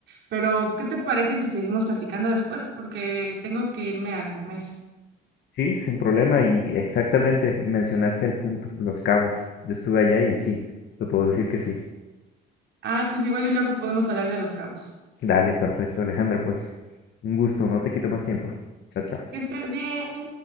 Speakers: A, on the right; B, on the left.
A: pero ¿qué te parece si seguimos platicando después? Porque tengo que irme a comer.
B: Sí, sin problema, y exactamente mencionaste el punto, Los Cabos. Yo estuve allá y sí, te puedo decir que sí.
A: Ah, pues igual y luego podemos hablar de Los Cabos.
B: Dale, perfecto, Alejandra, pues un gusto, no te quito más tiempo. Chao, chao.
A: Que estés bien.